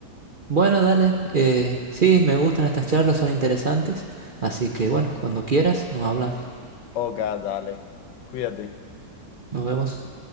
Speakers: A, on the right; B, on the left.
A: Bueno, dale. eh, sí, me gustan estas charlas, son interesantes. Así que
B: Sí.
A: bueno, cuando quieras, nos hablamos.
B: Ok, dale. Cuídate.
A: Nos vemos.